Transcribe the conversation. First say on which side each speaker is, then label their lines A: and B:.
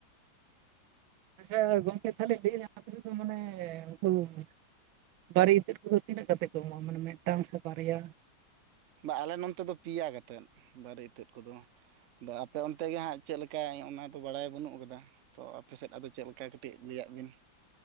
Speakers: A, on the right (about 85°); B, on the right (about 70°).
A: ᱟᱪᱪᱷᱟ ᱜᱚᱝᱠᱮ ᱛᱟᱦᱞᱮ <unintelligible> ᱢᱟᱱᱮ ᱩᱱᱠᱩ ᱵᱟᱨᱮ ᱤᱛᱟᱹᱫ ᱠᱚᱫᱚ ᱛᱤᱱᱟᱹᱜ ᱠᱟᱛᱮᱫ ᱠᱚ ᱮᱢᱚᱜ-ᱟ ᱢᱟᱱᱮ ᱢᱤᱫᱴᱟᱝ ᱥᱮ ᱵᱟᱨᱭᱟ?
B: ᱵᱟ ᱟᱞᱮ ᱱᱚᱱᱛᱮ ᱫᱚ ᱯᱤᱭᱟ ᱠᱟᱛᱮᱫ ᱵᱟᱨᱮ ᱤᱛᱟᱹᱫ ᱠᱚᱫᱚ᱾ ᱟᱫᱚ ᱟᱯᱮ ᱚᱱᱛᱮ ᱜᱮ ᱦᱟᱸᱜ ᱪᱮᱫ ᱞᱮᱠᱟ ᱚᱱᱟ ᱫᱚ ᱵᱟᱲᱟᱭ ᱵᱟᱹᱱᱩᱜ ᱟᱠᱟᱫᱟ ᱛᱚ ᱟᱯᱮᱥᱮᱫ ᱟᱫᱚ ᱪᱮᱫ ᱞᱮᱠᱟ ᱠᱟᱹᱴᱤᱡ ᱞᱟᱹᱭᱟᱫ ᱵᱤᱱ,